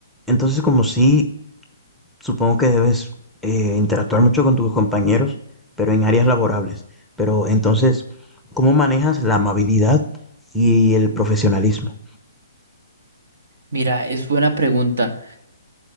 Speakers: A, in the centre; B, on the right (about 70°).
A: entonces como si Supongo que debes eh, interactuar mucho con tus compañeros, pero en áreas laborables. Pero entonces, ¿cómo manejas la amabilidad y el profesionalismo?
B: Mira, es buena pregunta.